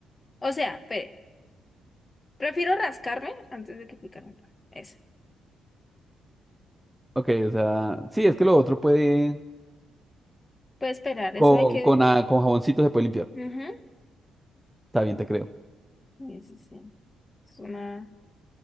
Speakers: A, on the left; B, in the centre.
A: o sea, espere, prefiero rascarme antes de que picarme. Eso.
B: Ok, o sea, sí, es que lo otro puede.
A: Puede esperar, eso
B: co-
A: hay que.
B: Con, a- con, jaboncito se puede limpiar.
A: Ujú,
B: Está bien, te creo.
A: Sí, sí, sí. Es una